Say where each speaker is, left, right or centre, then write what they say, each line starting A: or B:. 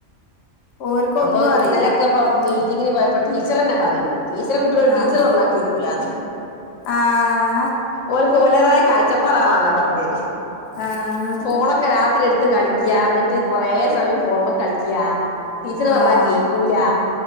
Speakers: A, on the left; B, on the left.
A: ഓര്ക്കൊന്നും
B: അപ്പൊ
A: അറിയില്ല
B: ഇന്നലൊക്കെപ്പ
A: ഉം
B: മീറ്റിങ്ങിന് പോയപ്പോ ടീച്ചറന്നെ പറിണ്ട്. ടീച്ചറെ കുട്ട്യളെ
A: ആഹ്
B: ടീച്ചർ വന്നാക്കിയ ഉലാത
A: ആഹ്
B: ഒൽക്ക് ഓലതായ കാഴ്ചപ്പാടാണന്നാ പർഞ്ഞേ
A: ആഹ്
B: ഫോണൊക്കെ രാത്രി ഇട്ത്ത് കളിക്ക എന്നിട്ട് കൊറേ സമയം ഫോണ്മ കളിക്ക ടീച്ചറ് പർഞാ
A: ആഹ്
B: കേക്കൂലാ